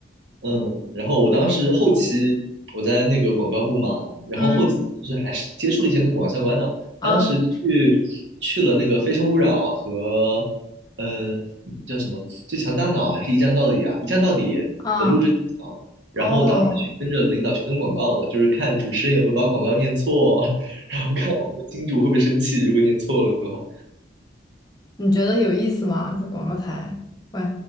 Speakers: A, on the right; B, on the left.
A: 嗯，然后我当时后期我在那个广告部嘛，
B: 嗯
A: 然后后期是还是接触了一些跟广告相关的。
B: 嗯
A: 当时去去了那个《非诚勿扰》和呃叫什么《最强大脑》还是一站到底啊，
B: 啊
A: 《一站到底》的录制现场然后当时去跟着领导去跟广告的，
B: 啊哦。
A: 就是看主持人有没有把广告念错，<laughs> 然后看我们的金主会不会生气，如果念错了的话。
B: 你觉得有意思吗？这广告台，喂，